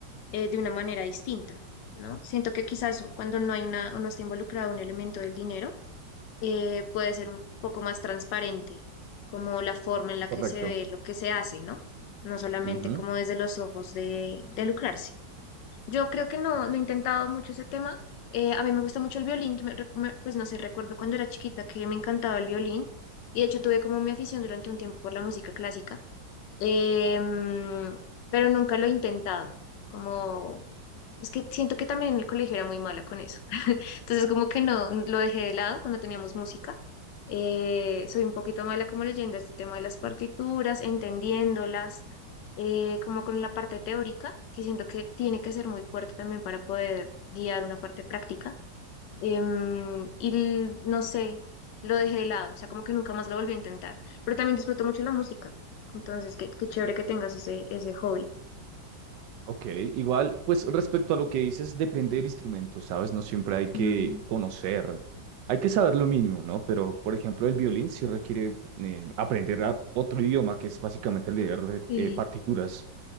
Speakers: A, on the left (about 75°); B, on the right (about 75°).
A: eh, de una manera distinta, ¿no? Siento que quizás cuando no hay una, o no está involucrado un elemento del dinero, eh, puede ser un poco más transparente, como la forma en la
B: Correcto.
A: que se ve lo que se hace, ¿no? No solamente
B: Ujú,
A: como desde los ojos de, de lucrarse. Yo creo que no, no he intentado mucho ese tema. Eh, a mí me gusta mucho el violín, me re- me- pues no sé, recuerdo cuando era chiquita que me encantaba el violín y de hecho tuve como mi afición durante un tiempo por la música clásica, Em, pero nunca lo he intentado, como es que siento que también en el colegio era muy mala con eso. Entonces como que no, lo dejé de lado cuando teníamos música. Eh, soy un poquito mala como leyendo este tema de las partituras, entendiéndolas, eh, como con la parte teórica, que siento que tiene que ser muy fuerte también para poder guiar una parte práctica. Em, y l- no sé, lo dejé de lado, o sea, como que nunca más lo volví a intentar. Pero también disfruto mucho la música, entonces qué, qué chévere que tengas ese, ese hobby.
B: Ok, igual, pues respecto a lo que dices, depende del instrumento, ¿sabes? No siempre hay que
A: Mm,
B: conocer, hay que saber lo mínimo, ¿no? Pero, por ejemplo, el violín sí requiere eh, aprender a- otro idioma, que es básicamente leer
A: sí.
B: eh, partituras